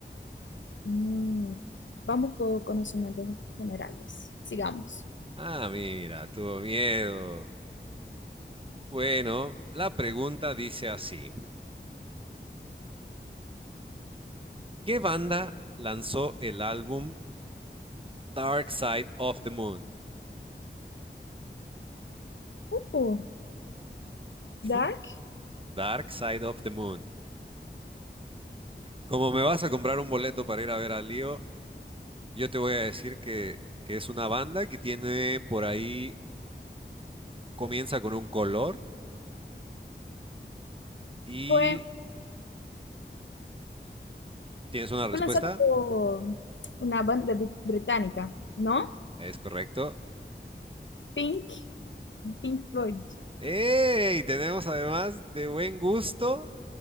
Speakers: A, on the left; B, on the right.
A: Mm, vamos por conocimientos generales. Sigamos.
B: Ah, mira, tuvo miedo. Bueno, la pregunta dice así. ¿Qué banda lanzó el álbum Dark Side of the Moon?
A: Uh, Dark
B: ¿Mm? Dark Side of the Moon. Como me vas a comprar un boleto para ir a ver a Leo, yo te voy a decir que, que es una banda que tiene por ahí, comienza con un color Y
A: fue,
B: tienes una respuesta,
A: fue lanzado por una banda bri- británica, ¿no?
B: es correcto.
A: Pink, Pink Floyd.
B: ¡Ey! Tenemos además de buen gusto